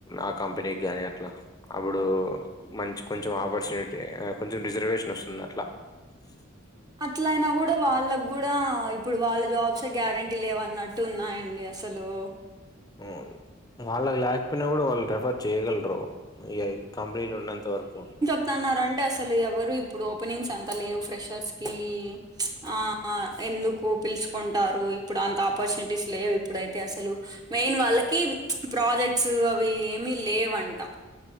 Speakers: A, on the left (about 20°); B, on the right (about 20°).
A: ఆ కంపెనీకి గాని అట్లా. అప్పుడు మంచి కొంచెం ఆపర్చునిటీ కొంచెం రిజర్వేషన్ వస్తుంది అట్లా. <inaudible>
B: అట్లయినా కూడా వాళ్ళకి కూడా ఇప్పుడు వాళ్ళ జాబ్స్ గ్యారెంటీ లేవన్నట్. టు ఉన్నాయండి అసలు.
A: అవును వాళ్ళకి లేకపోయినా కూడా వాళ్ళు రెఫర్ చేయగలరు. ఈగ ఈ కంపెనీలు ఉన్నంత వరకు.
B: న్నారు అంటే అసలు ఎవరు ఇప్పుడు ఓపెనింగ్స్ అంత లేవు ఫ్రెషర్స్ కి. ఆ ఎందుకు పిలుచుకుంటారు ఇప్పుడు అంత ఆపర్చునిటీస్ లేవు ఇప్పుడైతే అసలు మెయిన్ వాళ్ళకి ప్రాజెక్ట్స్ అవి ఏమి లేవంట